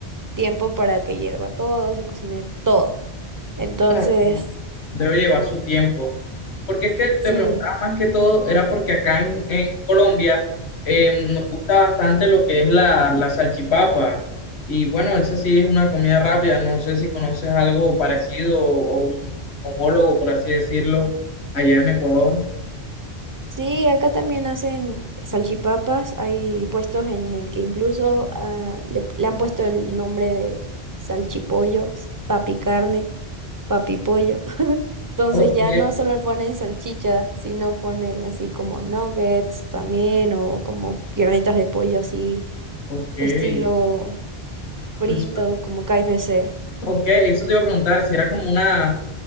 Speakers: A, on the right; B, on the left.
A: tiempo para que hierva todo, se cocine todo. Entonces,
B: Bueno, debe llevar su tiempo. Porque es que
A: sí.
B: te preguntaba más que todo, era porque acá en, en Colombia eh, nos gusta bastante lo que es la, la salchipapa. Y bueno, esa sí es una comida rápida. No sé si conoces algo parecido o, o un homólogo, por así decirlo, allá en Ecuador.
A: Sí, acá también hacen salchipapas. Hay puestos en el que incluso ah, le, le han puesto el nombre de salchipollo, papi carne, papi pollo. <laughs> Entonces
B: Ok,
A: ya no solo ponen salchicha, sino ponen así como nuggets también o como piernitas de pollo así,
B: ok.
A: estilo frito,
B: Es-
A: como KFC.
B: Ok, eso te iba a preguntar, si era como una,